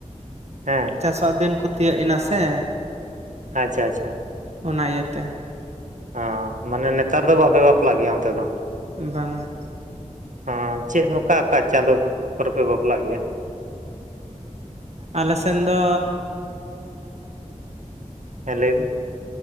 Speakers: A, on the right; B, on the right.
A: ᱦᱮᱸ,
B: ᱪᱟᱥᱚᱜ ᱫᱤᱱ ᱠᱚ ᱛᱤᱭᱟᱹᱜ ᱮᱱᱟ ᱥᱮ᱾
A: ᱟᱪᱷᱟ ᱟᱪᱷᱟ᱾
B: ᱚᱱᱟ ᱤᱭᱟᱹᱛᱮ
A: ᱚ ᱢᱟᱱᱮ ᱱᱮᱛᱟᱨ ᱫᱚ ᱵᱟᱯᱮ ᱵᱟᱯᱞᱟᱜ ᱜᱮᱭᱟ ᱚᱱᱛᱮ ᱫᱚ?
B: ᱵᱟᱝᱟ,
A: ᱦᱚᱸ ᱪᱮᱜ ᱚᱠᱟ ᱚᱠᱟ ᱪᱟᱸᱫᱳ ᱠᱚᱨᱮ ᱯᱮ ᱵᱟᱯᱞᱟᱜ ᱜᱮᱭᱟ?
B: ᱟᱞᱮ ᱥᱮᱱ ᱫᱚ
A: ᱦᱮᱸ ᱞᱟᱹᱭ ᱵᱤᱱ